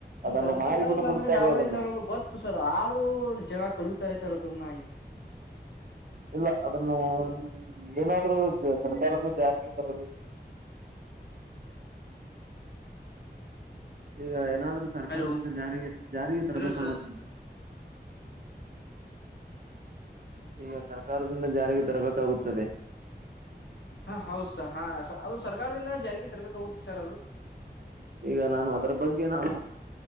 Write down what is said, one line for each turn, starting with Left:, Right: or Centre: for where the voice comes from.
Right: ಅದನ್ನು
Left: ಈಗ
Right: ಮಾರಿ
Left: ಗಿಡ
Right: ಬಿಡು
Left: ಇಲ್ಲ
Right: ಬಿಡುತ್ತಾರೆ
Left: ಅಂದ್ರೆ ನಾವೇ
Right: ಅದನ್ನು
Left: ಇಲ್ಲ ಅನ್ನೋದು ಗೊತ್ತು ಸರ್ ಆದ್ರೂ ಜನ ಕಡೀತಾರೆ ಸರ್ ಅದ್ರನ್ನ.
Right: ಇಲ್ಲ ಅದನ್ನು ಏನಾದ್ರೂ. ಸರ್ಕಾರದಿಂದ ಜಾರಿಗೆ ತರಬೇಕು. ಈಗ ಏನಾದ್ರೂ ಸರ್ಕಾರದಿಂದ
Left: ಹಲೋ
Right: ಜಾರಿಗೆ ಜಾರಿಗೆ ತರಬೇಕಾಗುದ.
Left: ಹಲೋ ಸರ್
Right: ಈಗ ಸರ್ಕಾರದಿಂದ ಜಾರಿಗೆ ತರಬೇಕಾಗುತ್ತದೆ.
Left: ಹಾ ಹೌದಸ ಹಾ ಅದು ಸರ್ಕಾರದಿಂದ ಜಾರಿಗೆ ತರ್ಬೇಕಾಗುತ್ತೆ ಸರ್ ಅದು.
Right: ಈಗ ನಾನು ಅದ್ರ ಬಗ್ಗೆ ನಾನು.